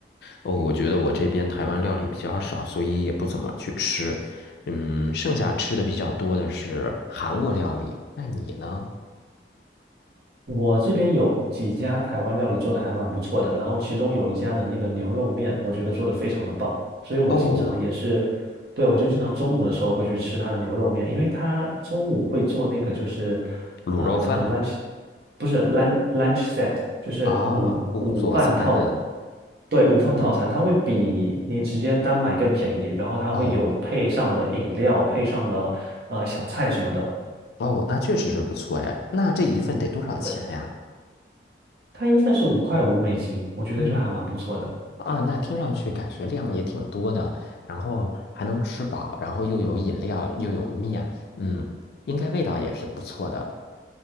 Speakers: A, on the left; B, on the right.
A: 哦，我觉得我这边台湾料理比较少，所以也不怎么去吃。嗯，剩下吃的比较多的是韩国料理。那你呢？
B: 我这边有几家台湾料理做的还蛮不错的，然后其中有一家的那个牛肉面，我觉得做的非常的棒，所以我经常也是，
A: 哦，
B: 对，我就经常中午的时候会去吃他的牛肉面，因为他中午会做那个就是
A: 卤肉饭
B: 啊、呃叫做 lunch，不是 lunch lunch set，就是午午饭套，
A: 啊，工作餐的，
B: 对，午饭套餐，
A: 嗯，
B: 它会比你直接单买更便宜，然后它会有配上了饮料，
A: 哦。
B: 配上了呃小菜什么的。
A: 哦，那确实是不错哎。那这一份得多少钱呀？
B: 对。它一份是五块五美金，我觉得就还蛮不错的。
A: 嗯。啊，那听上去感觉量也挺多的，然后还能吃饱，然后又有饮料，又有面，嗯，应该味道也是不错的。